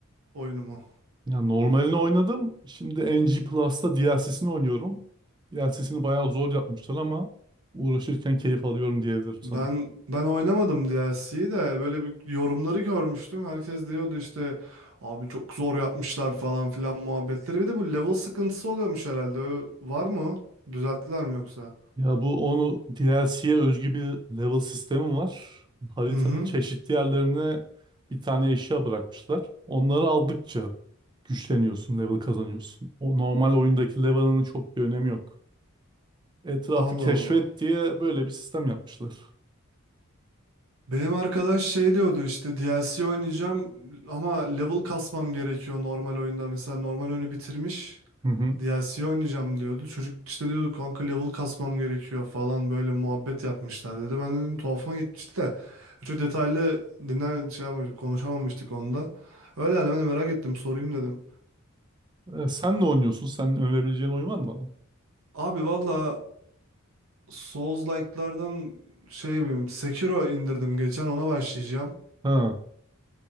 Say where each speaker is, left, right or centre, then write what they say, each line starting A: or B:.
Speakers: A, on the right; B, on the right.
A: oyunu mu?
B: Ya normalini oynadım. Şimdi NG Plus'ta DLC'sini oynuyorum. DLC'sini bayağı zor yapmışlar ama uğraşırken keyif alıyorum diyebilirim sana.
A: Ben ben oynamadım DLC'yi de böyle bir yorumları görmüştüm. Herkes diyordu işte abi çok zor yapmışlar falan filan muhabbetleri. Bir de bu level sıkıntısı oluyormuş herhalde. Ö- Var mı? o? Düzelttiler mi yoksa?
B: Ya bu onu DLC'ye özgü bir level sistemi var. Haritanın
A: Hı hı.
B: çeşitli yerlerine bir tane eşya bırakmışlar. Onları aldıkça güçleniyorsun, level kazanıyorsun. O normal oyundaki level'ının çok bir önemi yok. Etrafı
A: Allah
B: keşfet
A: Allah.
B: diye böyle bir sistem yapmışlar.
A: Benim arkadaş şey diyordu işte DLC oynayacağım ama level kasmam gerekiyor normal oyunda. Mesela normal oyunu bitirmiş.
B: Hı hı.
A: DLC oynayacağım diyordu. Çocuk işte diyordu kanka level kasmam gerekiyor falan böyle muhabbet yapmışlar dedi. Ben dedim tuhafıma gitmişti de çok detaylı dinler şey yapmamıştık, konuşamamıştık onda. Öyle yani ben de merak ettim sorayım dedim.
B: E, sen ne oynuyorsun? Sen önerebileceğin oyun var mı bana?
A: Abi valla Souls-like'lardan şey yapayım Sekiro indirdim geçen ona başlayacağım.
B: Ha.